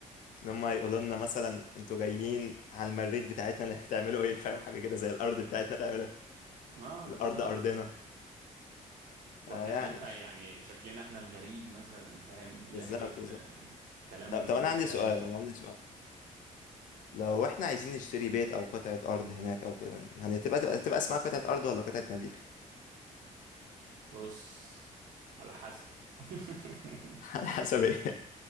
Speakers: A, on the left; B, on the right.
A: ان هم يقولوا لنا مثلا انتوا جايين على المريخ بتاعتنا <laughs> هتعملوا ايه فاهم حاجه كده زي الارض بتاعتنا تعملوا ايه
B: اه
A: الارض
B: بالظبط
A: ارضنا
B: واحنا
A: آه يعني
B: هنبقى يعني شكلنا احنا الغريب مثلا فاهم
A: <laughs>
B: لهجتنا
A: بالظبط بالظبط
B: كلامنا
A: طب طب
B: طريقة
A: انا عندي
B: كلامنا
A: سؤال انا عندي سؤال لو احنا عايزين نشتري بيت او قطعه ارض هناك او كده هتبقى تبقى تبقى اسمها قطعه ارض ولا قطعه مريخ
B: بص على حسب <laughs>
A: <laughs> على حسب ايه